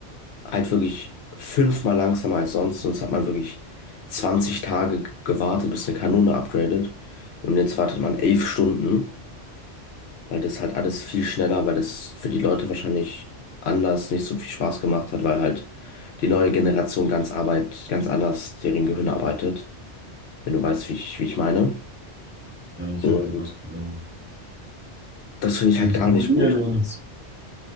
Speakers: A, on the left; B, on the right.
A: halt wirklich fünfmal langsamer als sonst. Sonst hat man wirklich 20 Tage g- gewartet, bis eine Kanone upgradet. Und jetzt wartet man 11 Stunden, weil das halt alles viel schneller, weil das für die Leute wahrscheinlich anders nicht so viel Spaß gemacht hat, weil halt die neue Generation ganz Arbeit, ganz anders deren Gehirn arbeitet, wenn du weißt, wie ich, wie ich meine.
B: Ja, das ist
A: Und
B: halt einfach. Ähm,
A: das finde ich
B: wir
A: halt gar
B: simulieren
A: nicht gut.
B: uns.